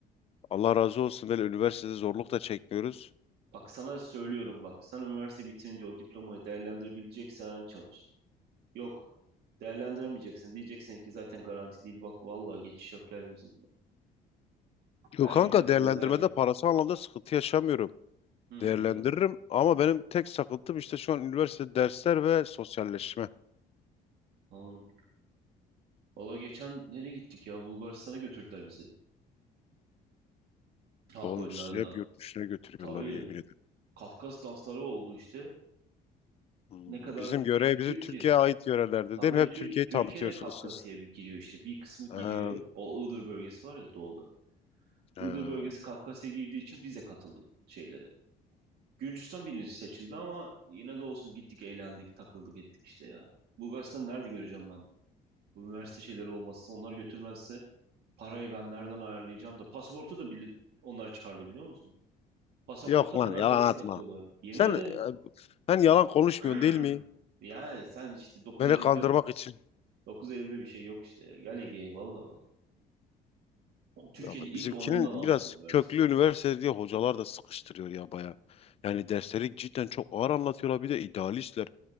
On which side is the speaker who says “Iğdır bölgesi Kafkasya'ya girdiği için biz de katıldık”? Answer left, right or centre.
Right